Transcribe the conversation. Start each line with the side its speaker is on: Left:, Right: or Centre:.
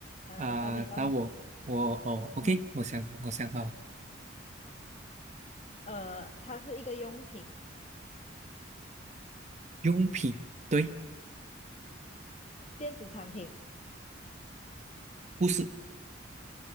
Left: 好来，
Right: 啊，
Left: 到你到你。
Right: 打我我哦，OK，
Left: 嗯，
Right: 我想我想好了，
Left: 呃，它是一个用品，
Right: 用品对，
Left: 电子产品。
Right: 不是